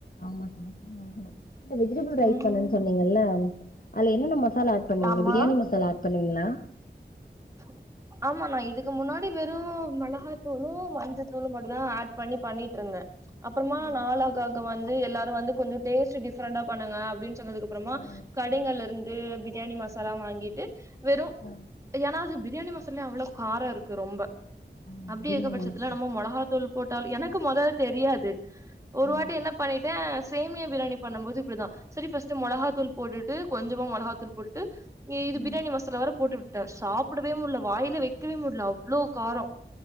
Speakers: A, on the left; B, on the right.
A: ஆமா சாப்ட்டு தா ஆகனு இந்த வெஜிடபிள் ரைஸ்
B: ம்
A: பண்ணன் சொன்னீங்கல்ல அது என்னன்ன ம மசால ஆட் பண்ணீவீங்க
B: ஆமா
A: பிரியாணி மசாலா ஆட் பண்ணுவீங்களா
B: <inaudible> ஆமா நா இதுக்கு முன்னாடி வெறும் மெளகாத்தூளு மஞ்ச தூளும் மட்டு தா ஆட் பண்ணி பண்ணிட்டு இருந்த அப்பறமா
A: ஆ
B: நாலாகாக வந்து எல்லாரு‌ வந்து கொஞ்சோ டேஸ்ட்டு டிஃப்ரெண்டா பண்ணுங்க அப்டின்னு சொன்னதுக்கு அப்புறமா
A: ஆ
B: கடைகள்ல இருந்து பிரியாணி மசாலா வாங்கிட்டு வெறு
A: ஆ
B: ஏன்னா அது பிரியாணி மசால்லே அவ்ளோ காரோ இருக்கு ரொம்ப
A: ஆமா
B: அப்டி
A: அதிகமாதா
B: இருக்க பட்சத்துல
A: இருக்கு
B: நம்ம மொளகாத்தூள் போட்டல் எனக்கு மொத தெரியாது ஒரு
A: ஆ
B: வாட்டி என்ன பண்ணிட்ட சேமியா பிரியாணி பண்ணும் போது இப்படிதா சரி ஃபர்ஸ்ட்டு மொளகாத்தூள் போட்டுட்டு கொஞ்சமா மொளகாத் தூள் போட்டுட்டு இது
A: ம்
B: பிரியாணி மசாலா வேர போட்டு விட்ட சாப்படவே முடியல வாயில வைக்கவே முடியல அவ்ளோ காரோ